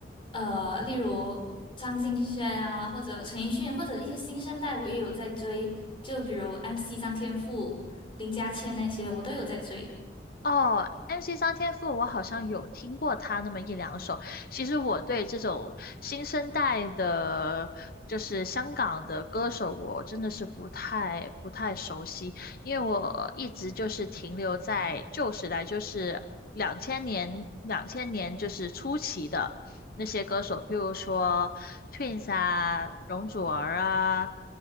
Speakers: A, on the left; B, on the left.
A: 呃，例如张敬轩啊，或者陈奕迅，或者一些新生代，我也有在追，就比如 MC 张天赋、林家谦那些，我都有在追。
B: 哦，MC 张天赋，我好像有听过他那么一两首。其实我对这种新生代的，就是香港的歌手，我真的是不太不太熟悉，因为我一直就是停留在旧时代，就是两千年两千年就是初期的那些歌手，譬如说 Twins 啊、容祖儿啊，